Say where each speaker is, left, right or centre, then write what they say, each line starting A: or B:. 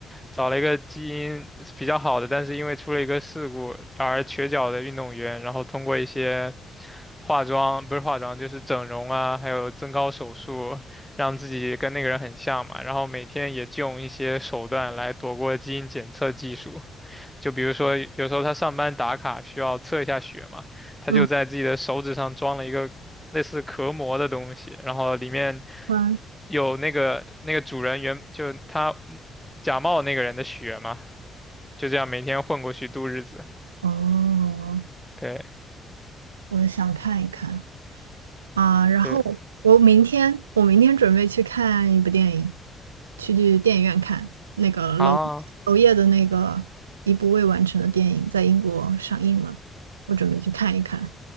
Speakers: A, in the centre; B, on the right (about 85°).
A: 找了一个基因比较好的，但是因为出了一个事故而瘸脚的运动员，然后通过一些化妆，不是化妆，就是整容啊，还有增高手术，让自己跟那个人很像嘛。然后每天也就用一些手段来躲过基因检测技术，就比如说有时候他上班打卡需要测一下血嘛，他就在自己的手指上装了一个。
B: 嗯
A: 类似壳膜的东西，然后里面
B: 嗯，
A: 有那个那个主人原就他假冒那个人的血嘛，就这样每天混过去度日子。
B: 哦，
A: 对
B: 我想看一看啊，然后我明天我明天准备去看一部电影，
A: 对
B: 去去电影院看那个娄娄烨的那个一部未完成的电影，
A: 啊，
B: 在英国上映了，我准备去看一看。